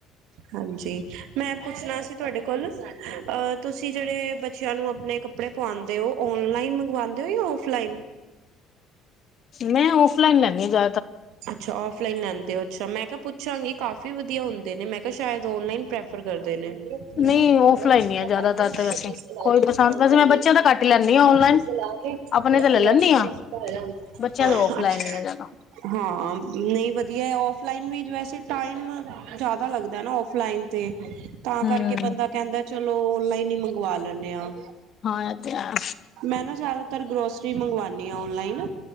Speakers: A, on the right (about 70°); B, on the left (about 50°).
A: ਹਾਂਜੀ, ਮੈਂ ਪੁੱਛਣਾ ਸੀ ਤੁਆਡੇ ਕੋਲ ਅਹ ਤੁਸੀਂ ਜੇੜੇ ਬੱਚਿਆਂ ਨੂੰ ਅਪਣੇਂ ਕੱਪੜੇ ਪਵਾਂਦੇ ਓ, ਓਨਲਾਈਨ ਮੰਗਵਾਉਂਦੇ ਓ ਯਾ ਓਫਲਾਈਨ।
B: ਮੈਂ ਓਫ ਲਾਈਨ ਲੈਣੀ ਆ ਜੈ
A: ਅੱਛਾ, ਓਫਲਾਈਨ ਲੈਂਦੇ ਓ ਅੱਛਾ, ਮੈਂ ਕਿਆ ਪੁੱ ਪੁੱਛਾਂਗੀ ਕਾਫੀ ਵਦੀਆ ਹੁੰਦੇ ਨੇ ਮੈਂ ਕਿਆ ਸ਼ਇਦ ਓਨਲਾਈਨ ਪ੍ਰੈਫਰ ਕਰਦੇ ਨੇ। <unintelligible> ਪੈਲਾ
B: ਨਹੀਂ ਔਫਲਾਈਨ
A: ਇਹਨੁ ਸਿੱਧਾ
B: ਹੀ ਆ ਜ਼ਿਆਦਾਤਰ
A: ਕਰਕੇ ਨਾ ਇਹ
B: ਤਾਂ ਵੈਸੇ
A: ਚੀਜ਼ ਤੇ ਲਓ
B: ਕੋਈ
A: ਜਿੱਥੇ
B: ਪਸੰਦ
A: ਫੋਲਡ
B: ਵੈਸੇ
A: ਕਰਨੀ
B: ਮੈਂ ਬੱਚਿਆਂ
A: ਆ,
B: ਦਾ ਘੱਟ ਹੀ ਲੈਂਦੀ ਹਾਂ ਔਨਲਾਈਨ
A: ਇਹ ਚੀਜ਼ ਤੇ ਲਾ ਕੇ
B: ਆਪਣੇ
A: ਫਿਰ
B: ਤੇ
A: <unintelligible>
B: ਲੈ
A: ਗਲਾਂ
B: ਲੈਂਦੀ
A: ਸਿੱਧਾ
B: ਹਾਂ
A: ਆਯਾ ਹੁਣ,
B: ਬੱਚਿਆਂ ਦੇ ਔਫਲਾਈਨ
A: ਅੱਛਾ।
B: ਹੀ ਆ ਜ਼ਿਆਦਾ
A: ਹਾ, ਨਈ ਵਦੀਆ ਓਫਲਾਈਨ ਵਿਚ ਵੈਸੇ ਟਾਈਮ ਜੈਦਾ ਲੱਗਦਾ ਨਾ ਓਫਲਾਈਨ ਤੇ, ਤਾਂ
B: ਹਮ
A: ਕਰਕੇ ਬੰਦਾ ਕੈਂਦਾ ਚਲੋ ਓਨਲਾਈਨ ਈ ਮੰਗਵਾ ਲੈਣੇ ਆ।
B: ਹਾਂ, ਇਹ ਤਾਂ ਐ।
A: ਮੈਂ ਨਾ ਜਿਆਦਾਤਰ ਗਰੋਸਰੀ ਮੰਗਵਾਣੀ ਆ ਓਨਲਾਈਨ